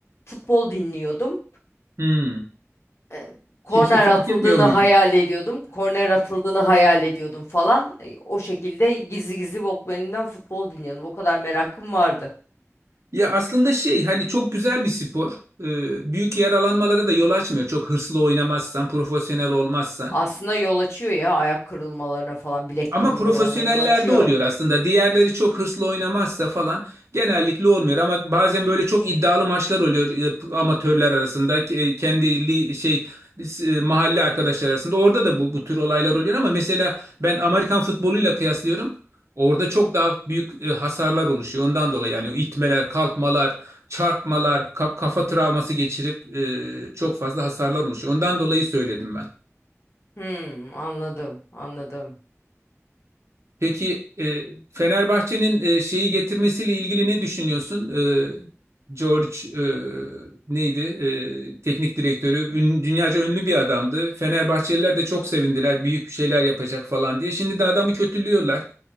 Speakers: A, on the left; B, on the right.
A: futbol dinliyordum.
B: Hmm,
A: E, Korner
B: Kimse fark
A: atıldığını
B: etmiyor muydu?
A: hayal ediyordum. Korner atıldığını hayal ediyordum falan. E, O şekilde gizli gizli Walkman'imden futbol dinliyordum. O kadar merakım vardı.
B: Ya aslında şey hani çok güzel bir spor. Ee, büyük yaralanmalara da yol açmıyor. Çok hırslı oynamazsan, profesyonel olmazsan.
A: Aslında yol açıyor ya ayak kırılmalarına falan, bilek
B: Ama
A: kırılmalarına
B: profesyonellerde
A: yol açıyor.
B: oluyor aslında. Diğerleri çok hırslı oynamazsa falan genellikle olmuyor. Ama bazen böyle çok iddialı maçlar oluyor e, amatörler arasında, ke- e, kendi li- şey e, mahalle arkadaşlar arasında. Orada da bu, bu tür olaylar oluyor ama mesela ben Amerikan futboluyla kıyaslıyorum. Orada çok daha büyük e, hasarlar oluşuyor. Ondan dolayı yani itmeler, kalkmalar, çarpmalar, ka- kafa travması geçirip e, çok fazla hasarlar oluşuyor. Ondan dolayı söyledim ben.
A: Hmm, anladım, anladım.
B: Peki e, Fenerbahçe'nin e, şeyi getirmesiyle ilgili ne düşünüyorsun? E, George e, neydi? E, teknik direktörü. Ün- dünyaca ünlü bir adamdı. Fenerbahçeliler de çok sevindiler. Büyük bir şeyler yapacak falan diye. Şimdi de adamı kötülüyorlar.